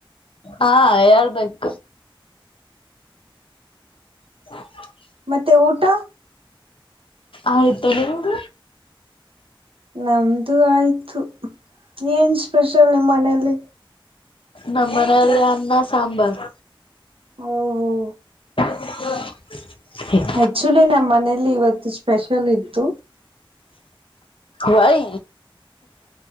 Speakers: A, on the left (about 70°); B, on the right (about 85°).
A: ಹಾ ಹೇಳ್ಬೇಕ. <inaudible>
B: ಮತ್ತೆ ಊಟ.
A: ಆಯ್ತ ನಿಮ್ದು
B: ನಮ್ದು ಆಯ್ತು ಏನ್ ಸ್ಪೆಷಲ್ ನಿಮ್ಮ ಮನೇಲಿ.
A: ನಮ್ಮನೆಲ್ಲಿ ಅನ್ನ ಸಾಂಬಾರ್.
B: ಓ ಹೋ
A: <inaudible>
B: ಹೆಚ್ಚುಲಿ ನಮ್ಮ ಮನೇಲಿ ಇವತ್ತು ಸ್ಪೆಷಲ್ ಇತ್ತು.
A: Why